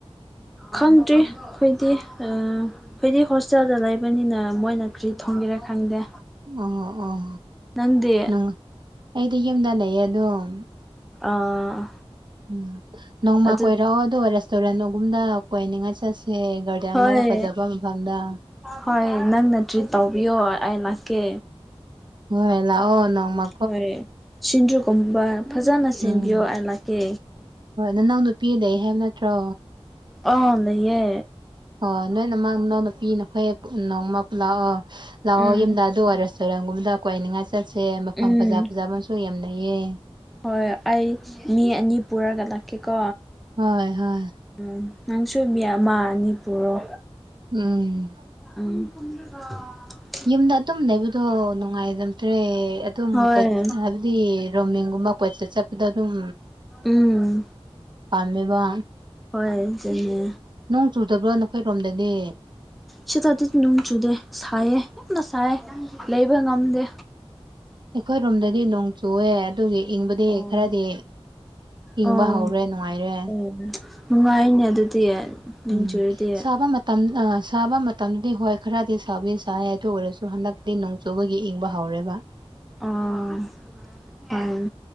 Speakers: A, in the centre; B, on the right.
A: ꯈꯪꯗ꯭ꯔꯤ ꯈꯣꯏꯗꯤ ꯑ ꯈꯣꯏꯗꯤ ꯍꯣꯁꯇꯦꯜꯗ ꯂꯩꯕꯅꯤꯅ ꯃꯣꯏꯅ ꯀ꯭ꯔꯤ ꯊꯣꯡꯒꯦꯔꯥ ꯈꯪꯗꯦ
B: ꯑꯣ ꯑꯣ
A: ꯅꯪꯗꯤ
B: ꯅꯨꯡ ꯑꯩꯗꯤ ꯌꯨꯝꯗ ꯂꯩꯌꯦ ꯑꯗꯨꯝ
A: ꯑꯥ
B: ꯎꯝ ꯅꯣꯡꯃ
A: ꯑꯗꯨ
B: ꯀꯣꯏꯔꯛꯑꯣ ꯑꯗꯨꯒ ꯔꯦꯁꯇꯨꯔꯦꯟꯗꯒꯨꯝꯗ ꯀꯣꯏꯅꯤꯡꯉꯥꯏ ꯆꯠꯁꯦ ꯒꯥ ꯗꯦꯝꯃꯧ
A: ꯍꯣꯏ
B: ꯐꯖꯕ ꯃꯐꯝꯗ
A: ꯍꯣꯏ ꯅꯪꯅ ꯇ꯭ꯔꯤꯠ ꯇꯧꯕꯤꯌꯣ ꯑꯩ ꯂꯥꯛꯀꯦ
B: ꯍꯣꯏ ꯂꯥꯛꯑꯣ ꯅꯣꯡꯃꯥ
A: ꯍꯣꯏꯌꯦ ꯁꯤꯡꯖꯨꯒꯨꯝꯕ ꯐꯖꯅ ꯁꯦꯝꯕꯤꯌꯣ
B: ꯎꯝ
A: ꯑꯩ ꯂꯥꯛꯀꯦ
B: ꯍꯣꯏ ꯅꯅꯥꯎ ꯅꯨꯄꯤ ꯂꯩ ꯍꯥꯏꯕ ꯅꯠꯇ꯭ꯔꯣ
A: ꯑꯧ ꯂꯩꯌꯦ
B: ꯑꯣ ꯅꯣꯏ ꯅꯃꯥꯡꯅꯥꯎꯅꯨꯄꯤ ꯅꯈꯣꯏ ꯅꯣꯡꯃ ꯂꯥꯛꯑꯣ ꯂꯥꯛꯑꯣ
A: ꯎꯝ
B: ꯌꯨꯝꯗ ꯑꯗꯨ ꯑꯣꯏꯔꯁ <unintelligible> ꯒꯨꯝꯕꯗ ꯀ꯭ꯣꯏꯅꯤꯡꯉꯥꯏ ꯆꯠꯁꯦ ꯃꯐꯝ
A: ꯎꯝ
B: ꯐꯖ ꯐꯖꯥꯕꯁꯨ ꯌꯥꯝ ꯂꯩꯩꯌꯦ
A: ꯍꯣꯏ ꯑꯩ ꯃꯤ ꯑꯅꯤ ꯄꯨꯔꯒ ꯂꯥꯛꯀꯦꯀꯣ
B: ꯍꯣꯏ ꯍꯣꯏ
A: ꯎꯝ ꯅꯪꯁꯨ ꯃꯤ ꯑꯃꯥ ꯑꯅꯤ ꯄꯨꯔꯣ
B: ꯎꯝ
A: ꯎꯝ <unintelligible>
B: ꯌꯨꯝꯗ ꯑꯗꯨꯝ ꯂꯩꯕꯗꯣ ꯅꯨꯡꯉꯥꯏꯔꯝꯗ꯭ꯔꯦ ꯑꯗꯨꯝ
A: ꯍꯣꯏ
B: <unintelligible> ꯗꯤ ꯔꯣꯝꯃꯤꯡꯒꯨꯝꯕ ꯀꯣꯏꯆꯠ ꯆꯠꯄꯗꯣ ꯑꯗꯨꯝ
A: ꯎꯝ
B: ꯄꯥꯝꯃꯦꯕ
A: ꯍꯣꯏ ꯆꯦꯅꯦ
B: ꯅꯣꯡ ꯆꯨꯗꯕ꯭ꯔꯣ ꯅꯈꯣꯏꯔꯣꯝꯗꯗꯤ
A: ꯁꯤꯗꯗꯤ ꯅꯨꯡ ꯆꯨꯗꯦ ꯁꯥꯏꯌꯦ ꯌꯥꯝꯅ ꯁꯥꯏ ꯂꯩꯕ ꯉꯝꯗꯦ
B: ꯑꯩꯈꯣꯏ ꯔꯣꯝꯗꯗꯤ ꯅꯣꯡ ꯆꯨꯋꯦ ꯑꯗꯨꯒꯤ ꯏꯪꯕꯗꯤ
A: ꯑꯣ
B: ꯈꯔꯗꯤ ꯏꯪꯕ
A: ꯑꯣ
B: ꯍꯧꯔꯦ ꯅꯨꯡꯉꯥꯏꯔꯦ
A: <unintelligible> ꯅꯨꯡꯉꯥꯏꯅꯦ ꯑꯗꯨꯗꯤ ꯅꯣꯡ
B: ꯎꯝ
A: ꯆꯨꯔꯗꯤ
B: ꯁꯥꯕ ꯃꯠ ꯇꯝ ꯑꯥ ꯁꯥꯕ ꯃꯇꯝꯗꯤ ꯍꯣꯏ ꯈꯔꯗꯤ ꯁꯥꯕꯤ ꯁꯥꯏ ꯑꯗꯨ ꯑꯣꯏꯔꯁꯨ ꯍꯟꯗꯛꯇꯤ ꯅꯣꯡ ꯆꯨꯕꯒꯤ ꯏꯪꯕ ꯍꯧꯔꯦꯕ
A: ꯑꯣ ꯑꯝ